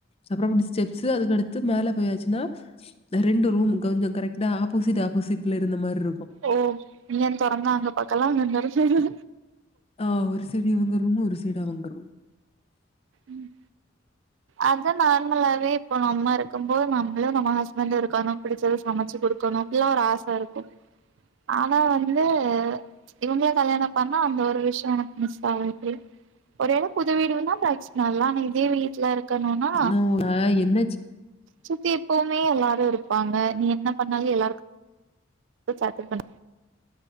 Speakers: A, on the left; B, on the right.
A: அப்புறம் ஸ்டெப்ஸ் அதுக்கடுத்து மேல போயாச்சுனா ரெண்டு ரூமு கொஞ்சோ கரெக்டா ஆப்போசிட் ஆப்போசிட்ல இருந்த மாரி இருக்கு
B: ஓ இங்க துறந்தா அங்க பாக்கலா அங்க துறந்தா
A: ஆ ஒரு சைடு இவுங்க ரூமு ஒரு சைடு அவங்க ரூம்
B: ம் அதா நார்மலாவே இப்போ நம்ம இருக்கும் போது நம்மளு நம்ம ஹஸ்பண்ட்டு இருக்கணு பிடிச்சது சமச்சு குடுக்குணு இப்டில்லா ஒரு ஆச இருக்கு ஆனா வந்து இவங்கள கல்யாணம் பண்ணா அந்த ஒரு விஷ்யோ உனக்கு மிஸ் ஆகும் இப்டி ஒரே எடம் புது வீடுன்னா பிர நல்லா நா இதே வீட்டல இருக்குனுன்னா
A: நான் என்ன என்னச்சு
B: சுத்தி எப்பவுமே எல்லாரு இருப்பாங்க நீ என்ன பண்ணாலு எல்லாருக்கு ஏதோ சாத்து பண்